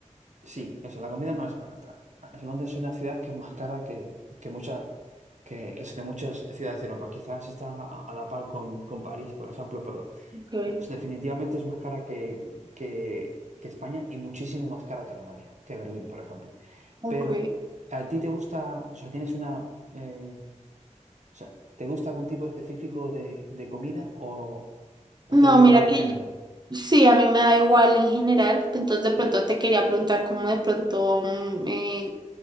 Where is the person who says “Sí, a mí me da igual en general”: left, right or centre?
Right